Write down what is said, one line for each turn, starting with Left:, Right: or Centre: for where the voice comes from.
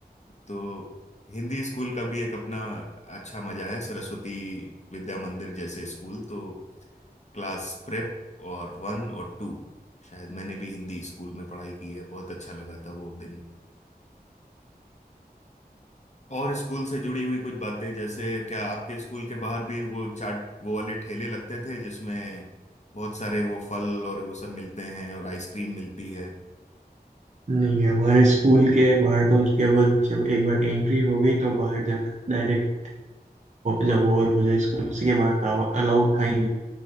Left: तो हिंदी स्कूल का भी एक अपना अच्छा मजा है सरस्वती विद्या मंदिर जैसे स्कूल तो क्लास प्रेप और वन और टू शायद मैंने भी हिंदी स्कूल में पढ़ाई की है बहुत अच्छा लगा था वो दिन और स्कूल से जुड़ी हुई कुछ बातें जैसे क्या आपके स्कूल के बाहर भी वो चाट वो वाले ठेले लगते थे जिसमें बहुत सारे वो फल और वो सब मिलते हैं और आइसक्रीम मिलती है
Right: नहीं है हमारे स्कूल के बाहर तो केवल जब एक बार एंट्री हो गई तो बाहर जाना डायरेक्ट
Left: प-
Right: जब ओवर हो जाए स्कूल उसी के बाद था अलाउड था ही